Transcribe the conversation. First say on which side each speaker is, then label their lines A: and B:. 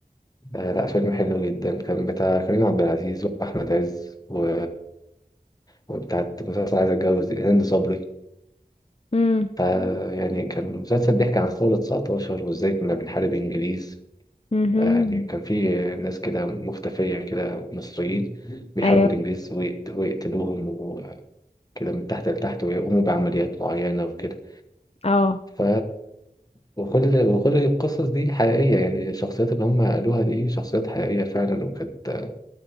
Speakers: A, on the left; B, on the left.
A: آه لا فيلم حلو جدا كان بتاع كريم عبد العزيز وأحمد عز و وبتاعت مسلسل عايز اتجوز دي، هند صبري
B: امم
A: فيعني كان مسلسل بيحكي عن ثورة 19 وإزاي كنا بنحارب إنجليز
B: امم
A: يعني كان في ناس كده مختفية كده مصريين بيحاربوا
B: ايوه
A: الإنجليز ويقت- ويقتلوهم وكده من تحت لتحت ويقوموا بعمليات معينة وكده
B: اه
A: ف وكل وكل القصص دي حقيقية يعني الشخصيات اللي هم قالوها دي شخصيات حقيقية فعلا وكانت